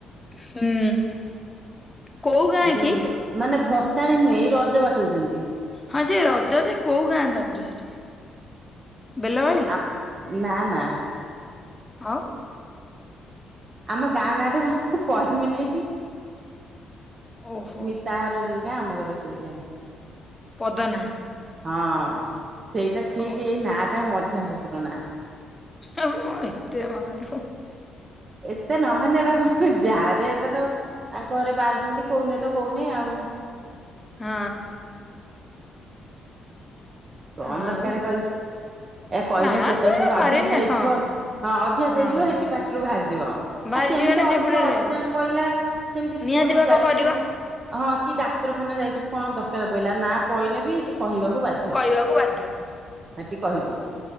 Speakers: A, on the left; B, on the right.
A: ହୁଁ। କୋଉ ଗାଁ
B: ଏଇ ଯୋଉ
A: କି?
B: ମାନେ ଭସାଣି ନୁହେଁ ଏଇ ରଜ ବାଟଉଛନ୍ତି।
A: ହଁ ଯେ ରଜ ଯେ କୋଉ ଗାଁ ତମର ସେଠି ବେଲବାଳି?
B: ଆ ନା ନା।
A: ଆଉ।
B: ଆମ ଗାଁ ନାଁଟା ପା ମୁଁ କହିମି ନେଇଁ
A: ଓହୋ
B: ମିତା ହର ଯଉ। ଗାଁ ଆମ ଘର ସେଇ ଗାଆଁ।
A: ପଦନା।
B: ହଁ ସେଇଟା ଠିକ
A: ଓହୋ।
B: ଏଇ ନାଟା ମଝିଆ ଶ୍ୱଶୁର ନା।
A: <unintelligible> ଏତେ ମାଲୋ।
B: ଏତେ ନହେଲେ ଏରା କ ଯାହା ନେ ଏଟା ତ ତାଙ୍କ ଘରେ ବାହାରୁଛନ୍ତି କୋହୁନି ତ କହୁନି ଆଉ।
A: ହଁ।
B: କଣ
A: ଆଉ
B: ଦରକାର କହିବୁ ଏ କହିନେ
A: ନା
B: କେତେବେଳେ
A: ଯୋଉଟା
B: ପୁଣି ଅଭ୍ୟାସ
A: ପାରିଲେ
B: ହେଇଯିବ।
A: ହଁ
B: ହଁ ଅଭ୍ୟାସ
A: ହଁ
B: ହେଇଯିବ ହେଟି ପାଟିରୁ ବାହାରଯିବ
A: ବାହାରି
B: ଆ ସେମିତି
A: ଯିବେ ନା
B: ଅତି
A: ସେପଟରେ
B: ଅର୍ଜେଣ୍ଟ ପଇଲା ସେମିତି ସ୍କୁଲ
A: ନିହାତି
B: କୁ
A: ଭାବେ
B: ଯାଇଥିବୁ
A: କରିବ
B: ହଁ କି ଡା ତରଖାନା ଯାଇଥିବୁ କଣ ଦରକାର ପଇଲା ନା ପଇନେ ବି ସେଇଠି କହିବାକୁ ବାଧ୍ୟ।
A: କହିବାକୁ ବା
B: ହେଠି କହିବୁ।